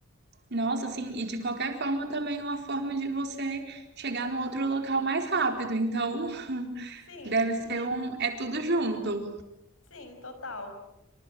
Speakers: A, on the right; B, on the left.
A: Nossa, assim, e de qualquer forma também é uma forma de você chegar no outro local mais rápido. Então, <laughs>
B: Sim,
A: deve ser um. É tudo junto.
B: sim, total.